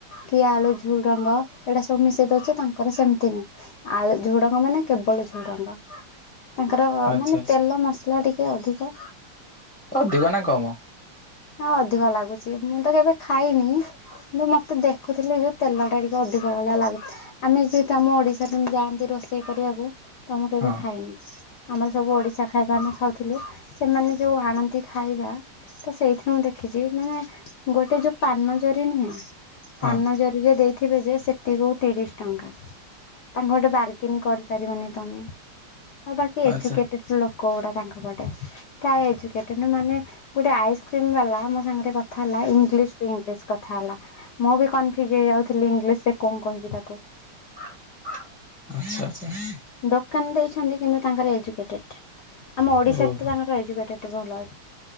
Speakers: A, on the left; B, in the centre.
A: କି ଆଳୁ ଝୁରଙ୍ଗ ଏଇଟା ସବୁ ମିଶେଇ ଦଉଛେ ତାଙ୍କର ସେମିତି ନାହିଁ। ଆ ଝୁଡଙ୍ଗ ମାନେ କେବଳ ଝୁଡ଼ଙ୍ଗ। ତାଙ୍କର
B: ଆଚ୍ଛା
A: ମାନେ
B: ଆଚ୍ଛା
A: ତେଲ ମସଲା ଟିକେ ଅଧିକ।
B: ଅଧିକ ନା କମ।
A: ହଁ ଅଧିକ ଲାଗୁଛି ମୁଁ ତ କେବେ ଖାଇନି। ମୁଁ ମତେ ଦେଖୁଥିଲି ଯୋଉ ତେଲ ଟା ଟିକେ ଅଧିକ ଭଳିଆ ଲାଗୁଥିଲା। ଆମେ ଯେହେତୁ ଆମ ଓଡ଼ିଶାରେ ଯାଆନ୍ତି ରୋଷେଇ କରିବାକୁ ତ ମୁଁ କେବେ
B: ହଁ
A: ଖାଇନି। ଆମର ସବୁ ଓଡ଼ିଶା ଖାଇବା ଆମେ ଖାଉଥିଲୁ ସେମାନେ ଯୋଉ ଆଣନ୍ତି ଖାଇବା। ତ ସେଇଥିରୁ ମୁଁ ଦେଖିଛି ମାନେ ଗୋଟେ ଯୋଉ ପାନ ଜରି ନୁହେଁ
B: ହଁ
A: ପାନ ଜରିରେ ଯେ ଦେଇଥିବେ ଯେ ସେତିକୁ ତିରିଶ ଟଙ୍କା। ତା ଗୋଟେ ବାର୍ଗେନ କରିପାରିବନି ତମେ। ବାକି ଏଜୁକେଟେଡ୍
B: ଆଚ୍ଛା
A: ଲୋକ ଗୁଡ଼ା ତାଙ୍କ ପଟେ ପ୍ରାୟ ଏଜୁକେଟେଡ୍ ମାନେ ଗୋଟେ ଆଇସ୍କ୍ରିମ ବାଲା ମୋ ସାଙ୍ଗରେ କଥା ହେଲା ଇଂଲିଶ ଟୁ ଇଂଲିଶ କଥା ହେଲା ମୁଁ ବି କନଫ୍ୟୁଜ ହେଇଯାଉଥିଲି ଇଂଲିଶ ରେ କଣ କହିବି ତାକୁ।
B: <unintelligible>
A: ଦୋକାନ ଦେଇଛନ୍ତି କିନ୍ତୁ ତାଙ୍କର ଏଜୁକେଟେଡ ଆମ ଓଡ଼ିଶାରେ
B: ଓହୋ
A: ତ ତାଙ୍କର ଏଜୁକେଟେଡ ଭଲ ଅଛି।